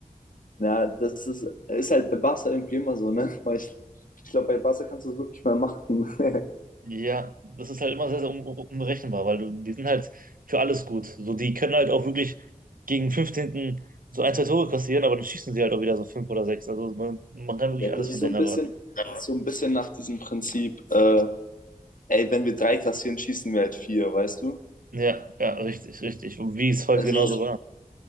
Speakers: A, on the left; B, on the right.
A: Ja, das ist, ist halt bei Barca irgendwie immer so, ne? <laughs> Weil ich, ich glaube, bei Barca kannst du das wirklich mal machen. <laughs>
B: Ja, das ist halt immer sehr, sehr un unberechenbar, weil du, die sind halt für alles gut. So, die können halt auch wirklich gegen 15. so ein, zwei Tore kassieren, aber dann schießen sie halt auch wieder so fünf oder sechs. Also man, man kann wirklich
A: Ja, das
B: alles
A: ist
B: von denen
A: so ein
B: erwarten.
A: bisschen, das ist so ein bisschen nach diesem Prinzip, äh, ey, wenn wir drei kassieren, schießen wir halt vier, weißt du?
B: Ja, ja, richtig, richtig. Und wie es heute
A: Also,
B: genauso war.